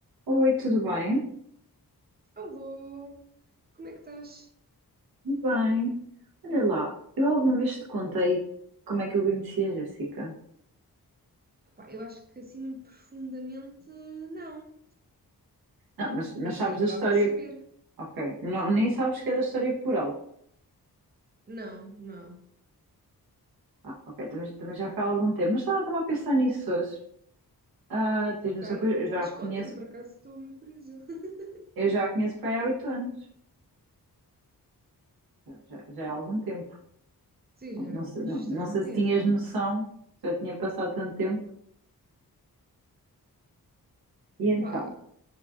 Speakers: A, on the right (about 70°); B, on the right (about 25°).
A: Oi, tudo bem?
B: Alô, como é que estás?
A: Tudo Bem, olha lá, eu alguma vez te contei como é que eu conheci a Jéssica?
B: Epá, eu acho que assim muito profundamente não,
A: Não, mas,
B: mas
A: mas sabes
B: adorava
A: da história,
B: saber.
A: ok, não, nem sabes que é da história por alto.
B: Não, não.
A: Ah, ok, também, também já foi há algum tempo, mas estava estava a pensar nisso hoje. Ah, tens
B: Ok,
A: noção que eu já
B: mas
A: a conheço,
B: conta-me, por acaso estou muito curiosa. <laughs>
A: eu já a conheço para aí há oito anos, já, já, já há algum tempo.
B: Sim,
A: Não,
B: já
A: não sei,
B: há bastante
A: não, não sei se
B: tempo.
A: tinhas noção, se já tinha passado tanto tempo. E
B: Epá,
A: então,